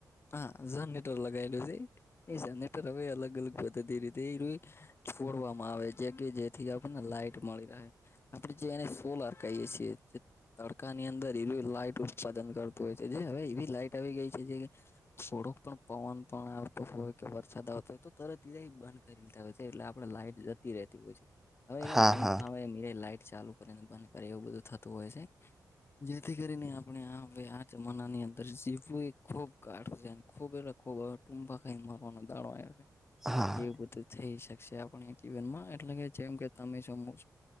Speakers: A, on the left; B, in the centre.
A: હા જનરેટર લગાયેલું છે. એ જનરેટર હવે અલગ અલગ પદ્ધતિ રીતે એયરુઈ છોડવામાં આવે છે, જે કે જેથી આપણને લાઈટ મળી રહે. આપડે જે એને સોલાર કહીએે છીએ. તડકાની અંદર <unintelligible> લાઈટ ઉત્પાદન કરતું હોય છે. જે હવે એવી લાઈટ આવી ગઈ છે, જે થોડોક પણ પવન પણ આવતો હોય કે વર સાદ આવતો હોય તો તરત એરિયાઇ બંધ કરી દેતા હોય છે. એટલે આપડે લાઈટ જતી રહેતી હોય છે. હવે
B: હા
A: એ મન
B: હા
A: ફાવે એમ એ લાઈટ ચાલુ કરીને બંધ કરે, એવું બધું થતું હોય છે. જેથી કરીને આપણે હવે આ જમાનાની અંદર જીવવું એ ખૂબ કાઠું છે. ખૂબ એટલે ખૂબ. હવે ટૂંપા ખાઈન મરવાનો દાડો આવ્યો.
B: હા
A: એવું બધું થઈ શકશે આપણે જીવનમાં. એટલે કે જેમ કે તમે છો મુ છું